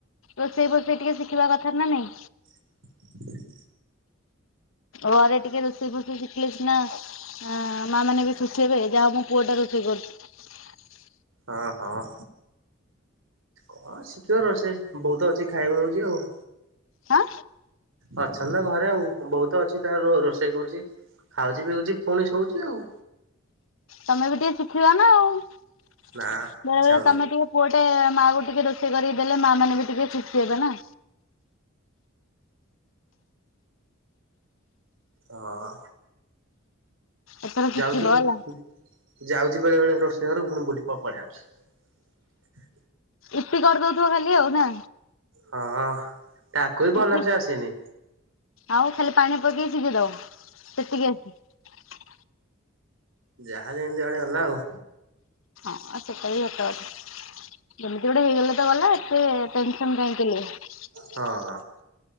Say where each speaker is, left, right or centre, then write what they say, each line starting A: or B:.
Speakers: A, on the left; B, on the right.
A: ରୋଷେଇ ପୋଷେଇ ଟିକେ ଶିଖିବା କଥା ନା ନାଇଁ।
B: <inaudible>
A: ଘରେ ଟିକେ ରୋଷେଇ ଫୋଷେଇ ଶିଖିଲେ ସିନା ଆ ମା ମାନେ ବି ଖୁସି ହେବେ ଯାହା ମୁଁ ପୁଅ ଟା ରୋଷେଇ କରୁଛି।
B: ହଁ ହଁ। କଣ ଶିଖିବାର ଅଛି ବୋଉ ତ ଅଛି ଖାଇବାକୁ ଦଉଛି ଆଉ।
A: ହାଁ
B: ଅଛନ୍ତି ତ ଘରେ ଆଉ ବୋଉ ତ ଅଛି ତାର ରୋଷେଇ କରୁଛି। ଖାଉଛି ପିଉଛି ପୁଣି ଶୋଉଚି ଆଉ।
A: ତମେ ବି ଟିକେ ଶିଖିବା ନା ଆଉ
B: ନା
A: ବେଳେ
B: ଇଚ୍ଛା
A: ବେଳେ
B: ହଉନି
A: ତମେ ଟିକେ ପୁ ମାନେମାଆ କୁ ଟିକେ ରୋଷେଇ କରିକି ଦେଲେ ମା ମାନେ ବି ଟିକେ ଖୁସି ହେବେ ନା
B: ହଁ।
A: ଏଥର ଶିଖିବ
B: ଯାଉଛି ଯାଉଛି।
A: ହେଲା
B: ଆଜି ବେଳେ ବେଳେ ରୋଷେଇ ଘରୁ ମୋର ବୁଲିିକି ପଳେଇ ଆଉଛି।
A: ଇପି କରିଦଉଥିବ ଖାଲି ଆଉ ନା?
B: ହଁ ତାକୁ ବି ଭଲସେ
A: ଇପି
B: ଆସିନି।
A: ଆଉ ଖାଲି ପାଣି ପକେଇ ଶିଝେଇ ଦବ ସେତିକି ଆସେ
B: ଯାହା ଯେମିତି ଆଇଲେ ଗଲା ଆଉ
A: ଆ ସେଟା ବି ସତ କଥା। ଯେମିତି ଗୋଟେ ହେଇଗଲେ ତ ଗଲା ଏତେ ଟେନସନ କାହିଁକି।
B: ହଁ।